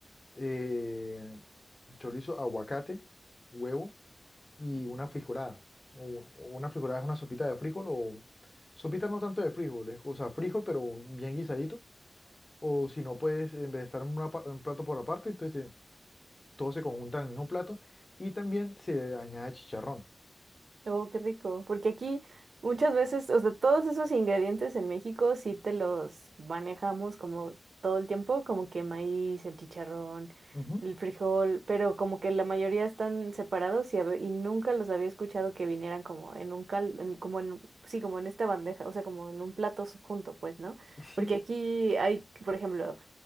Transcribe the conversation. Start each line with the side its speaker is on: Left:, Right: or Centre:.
Left: eh, chorizo, aguacate, huevo. y una frijolada. O, o una frijolada es una sopita de frijol o sopita no tanto de frijol, es- o sea, frijol pero bien guisadito. O si no, pues en vez de estar en una pa- un plato por aparte, entonces eh, todo se conjunta en el mismo plato y también se añade chicharrón.
Right: Oh, qué rico, porque aquí muchas veces, o sea, todos esos ingredientes en México sí te los manejamos como todo el tiempo, como que maíz, el chicharrón,
Left: Ujú,
Right: el frijol, pero como que la mayoría están separados y, a ve- y nunca los había escuchado que vinieran como en un cal, en- como en, sí, como en esta bandeja, o sea, como en un plato su- junto, pues, ¿no?
Left: Sí,
Right: Porque aquí hay, por ejemplo,